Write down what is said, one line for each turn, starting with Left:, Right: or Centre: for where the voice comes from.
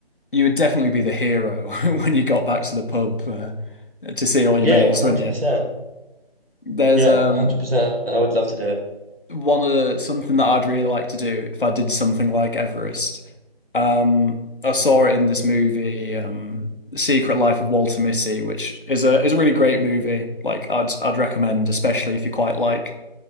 Left: You would definitely be the hero <laughs> when you got back to the pub uh, to see all your
Right: Yeah,
Left: mates,
Right: one
Left: wouldn't
Right: hundred
Left: you?
Right: percent.
Left: There's
Right: Yeah,
Left: um
Right: one hundred percent. I would love to do it.
Left: one of the, something that I'd really like to do if I did something like Everest. Um, I saw it in this movie, um, The Secret Life of Walter Mitty, which is a is a really great movie. Like I'd I'd recommend, especially if you quite like